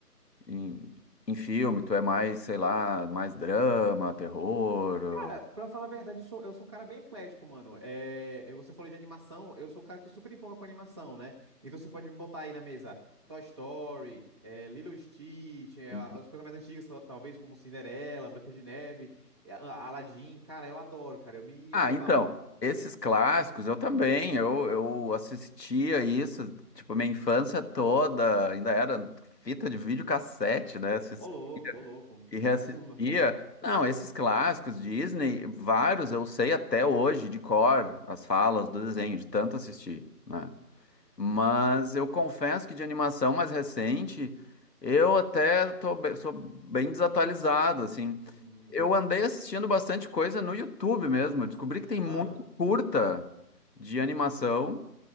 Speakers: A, on the left; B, on the right.
A: em, em filme? Tu é mais, sei lá, mais drama, terror?
B: Cara, pra falar a verdade, eu sou, eu sou um cara bem eclético, mano. É, é, você falou de animação, eu sou um cara que super empolga com animação, né? Então você pode me botar aí na mesa Toy Story, é, Lilo e Stitch, é,
A: uh,
B: as coisas mais antigas, tal- talvez, como Cinderela, Branca de Neve, é, a- Aladdin. Cara, eu adoro, cara, eu me,
A: Ah,
B: eu me esbaldo.
A: então, esses clássicos eu também, eu, eu assistia isso, tipo, minha infância toda, ainda era fita de videocassete, né? Assis-
B: Ô louco, ô louco,
A: E reassistia.
B: caramba.
A: Não, esses clássicos Disney, vários eu sei até hoje de cor as falas do desenho, de tanto assistir, né? Mas eu confesso que de animação mais recente, eu até tô, be- sou bem desatualizado, assim.
B: Hum.
A: Eu andei assistindo bastante coisa no YouTube mesmo. Eu Descobri que tem muito
B: Ah.
A: curta de animação